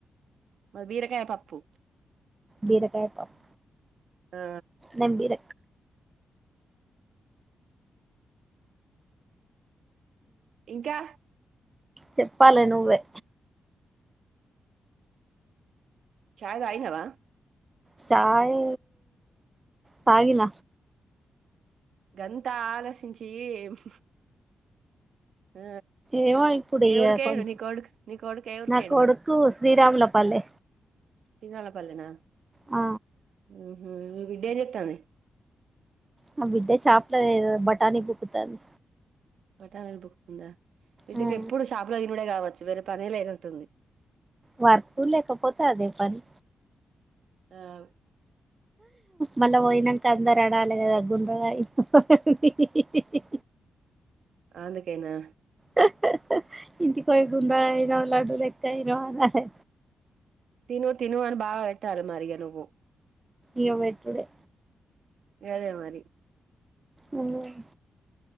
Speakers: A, on the right; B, on the right.
A: మద్ బీరకాయ పప్పు
B: బీరకాయ పప్పు
A: ఆ
B: నేను బీర
A: ఇంకా
B: చెప్పాలి నువ్వే
A: ఛాయ్ తాగినావ?
B: ఛాయ్ తాగిన
A: గంతా ఆలోచించీ ఎమ్ ఆ
B: ఏమో ఇప్పుడు
A: ఏ
B: ఇగ
A: ఊరికేయిండు
B: కొంచెం
A: నీ కొడుకు నీ కొడుకు ఏ ఊరికేయిండు
B: నా కొడుకు
A: మరి
B: శ్రీరాముల పల్లె
A: శ్రీరాముల పల్లెన
B: ఆ
A: ఉహు మీ బిడ్డేం చేతాంది?
B: మా బిడ్డే షాప్లయి బటాని బుక్కుతాంది.
A: బటానిలు బుక్తుందా మి బిడ్డకెప్పుడు
B: ఆ
A: షాపు లో దినుడే కావచ్చు వేరే పనేలేనట్టుంది.
B: వర్కు లేకపోతె అదే పని
A: ఆవ్
B: మల్ల వోయినంక అందరనాలేదన్ గుండ్రాయి అహ్హ్హహిహిహిహి
A: ఆందుకేనా
B: హ్హ్హ్ ఇంటికిబోయి గుండ్రాయయినవ్ లడ్డు లెక్కయ్యినవ్ అనె
A: తిను తిను అని బాగ పెట్టాల మరి ఇగ నువ్వు
B: ఇగ పెట్టుడే
A: గదే మరి
B: ఉహుమ్